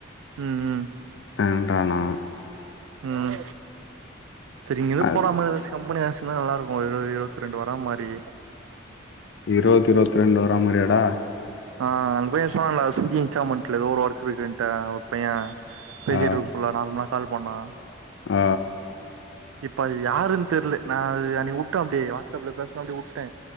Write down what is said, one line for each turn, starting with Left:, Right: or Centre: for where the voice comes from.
Right: ம் ம்
Left: ஆன்றணா
Right: ம் செரி இங்க இருந்து
Left: அது
Right: போற மாரி ஏதாச்சி கம்பெனி ஆக்சுலா நல்லா இருக்கு இருபது இருபத்தி ரெண்டு வர மாரி
Left: இருபது இருபத்தி ரெண்டு வரா மாரியாடா
Right: ஆ அந்த பைய சொன்னால்ல சுசி இன்ஸ்டால்மெண்ட்ல ஏதோ ஒரு ஒர்கு இருக்குன்டு பைய பேசிட்டு
Left: ஆ
Right: இருக்கு சொல்ல நார்மலா கால் பண்ணா
Left: ஆ
Right: இப்ப அது யாருன்னு தெரியல நா அ அன்னிக்கு உட்ட அப்படி வாட்ஸ்ப்ல பேசனு அப்டி உட்ட